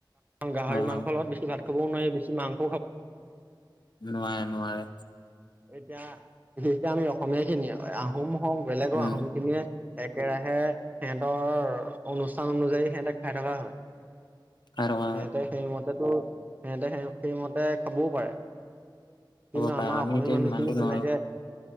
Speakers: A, on the right; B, on the left.
A: গাহৰি
B: হয় হয়
A: মাংসৰ লগত বেছি ভাত খাব নোৱাৰে বেছি মাংস
B: নোৱাৰে নোৱাৰে
A: এতিয়া বিশেষক আমি অসমীয়া খিনিয়ে আহোম হওক বেলেগৰ
B: উম
A: আহোম খিনিয়ে একেৰাহে সিহঁতৰ অনুষ্ঠান অনুযায়ী সিহঁতে খাই থকা হয়
B: খাই থকা
A: সিহঁতে সেইমতেতো সিহঁতে সেই সেইমতে খাবও পাৰে কিন্তু
B: হ'ব পাৰে
A: আমাৰ
B: আমি
A: অসমীয়া
B: এতিয়া
A: মানুহখিনি
B: ইমানটো
A: তেনেকে
B: নোৱাৰো